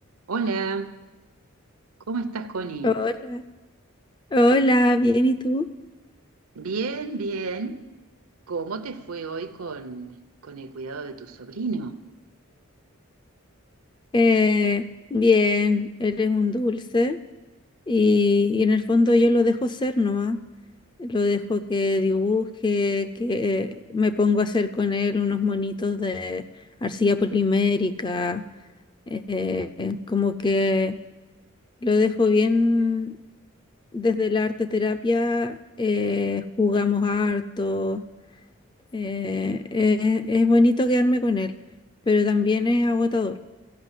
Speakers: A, on the right (about 80°); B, on the left (about 20°).
A: Hola, ¿cómo estás, Connie?
B: Hola, hola, bien, ¿y tú?
A: Bien, bien. ¿Cómo te fue hoy con, con el cuidado de tu sobrino?
B: Eh, bien, eres un dulce. Y, y en el fondo yo lo dejo ser nomás, lo dejo que dibuje, que eh, me pongo a hacer con él unos monitos de arcilla polimérica, eh, como que lo dejo bien desde la arte terapia, eh, jugamos harto, eh, es, es bonito quedarme con él, pero también es agotador.